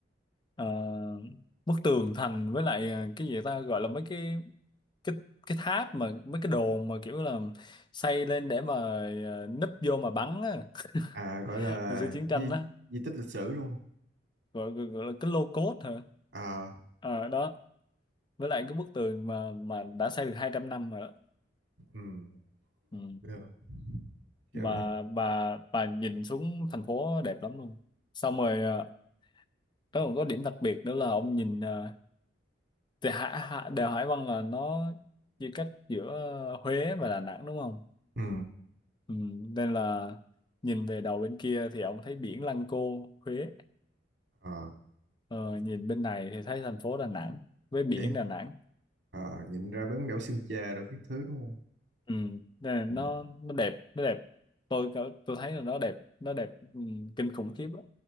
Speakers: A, on the left; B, on the right.
A: Ờ, bức tường thành với lại ờ, cái gì ta gọi là mấy cái cái cái tháp mà mấy cái đồn mà kiểu là xây lên để mà ờ, núp vô mà bắn á
B: à gọi
A: <laughs>
B: là
A: hồi xưa chiến
B: di
A: tranh á
B: di tích lịch sử đúng không
A: gọi, gọi, gọi là cái lô cốt hả
B: à
A: à, đó với lại cái bức tường mà mà đã xây được 200 năm rồi đó
B: ừ
A: ừ.
B: được Chứ-
A: bà bà bà nhìn xuống thành phố đẹp lắm luôn xong rồi à, nó còn có điểm đặc biệt nữa là ông nhìn à, thì Hạ, Hạ, đèo Hải Vân là nó chia cách giữa Huế và Đà Nẵng đúng không
B: ừ
A: ừ. nên là nhìn về đầu bên kia thì ông thấy biển Lăng Cô Huế
B: à,
A: ờ, nhìn bên này thì thấy thành phố Đà Nẵng với biển
B: thế
A: Đà Nẵng
B: à, nhìn ra bến đảo Sơn Trà rồi các thứ đúng không
A: ừ nên là nó
B: ừ.
A: nó đẹp nó đẹp tôi cỡ- tôi thấy là nó đẹp nó đẹp ừ, kinh khủng khiếp á